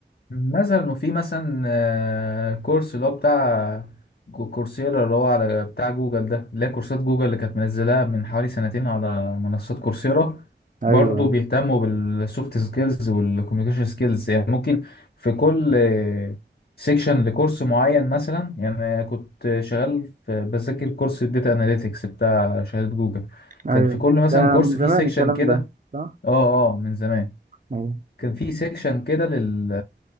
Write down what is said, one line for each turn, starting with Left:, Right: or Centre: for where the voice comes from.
Left: مثلا وفي مثلا آه، كورس اللي هو بتاع كو- كورسيرا اللي هو على بتاع جوجل ده اللي هي كورسات جوجل اللي كانت منزلاها من حوالي سنتين على منصات كورسيرا
Right: ايوه
Left: برضو بيهتموا بالسوفت سكيلز والكوميونيكيشن سكيلز يعني ممكن في كل سيكشن لكورس معين مثلا يعني كنت شغال في بذاكر كورس الداتا اناليتكس بتاع شهادة جوجل
Right: ايوه
Left: كان في كل مثلا
Right: ده
Left: كورس
Right: من زمان
Left: فيه سيكشن
Right: الكلام
Left: كده
Right: ده صح
Left: اه اه من زمان
Right: ايوه
Left: كان في سيكشن كده لل